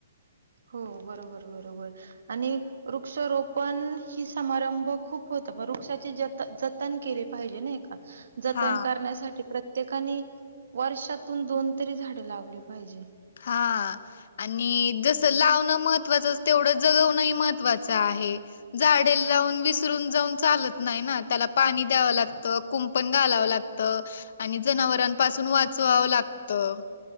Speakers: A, on the right; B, on the left.
A: हो बरोबर बरोबर आणि वृक्षारोपण ही समारंभ खूप होत म वृक्षाचे जत जतन केले पाहिजे नाइ का. जतन
B: हा
A: करण्यासाठी प्र प्रत्येकानी वर्षातून दोन तरी झाड लावली पाहिजे.
B: हा आणि जसं लावण महत्त्वाचं तेवढं जगवणं ही महत्त्वाचं आहे, झाडे लावून विसरून जाऊन चालत नाइ ना त्याला पाणी द्यावं लागत कुंपण घालावं लागत आणि जनावरांपासून वाचवावं लागतं